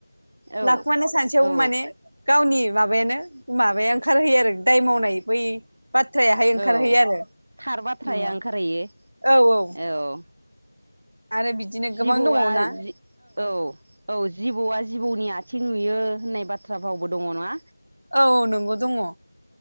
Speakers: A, on the right; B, on the right.
A: औ
B: लाखुमानो सानसेयावबो
A: औ
B: माने गावनि माबायानो माबाया ओंखारहोयो आरो दाय मावनाय बै बाथ्रायाहाय ओंखारहैयो
A: औ
B: आरो
A: थार बाथ्राया ओंखारहैयो
B: औ औ
A: औ
B: आरो बिदिनो
A: जिबौआ
B: गोबां दंबावो ना
A: औ औ जिबौआ जिबौनि आथिं नुयो होननाय बाथ्रा भावबो दङ नङा
B: औ नंगौ दङ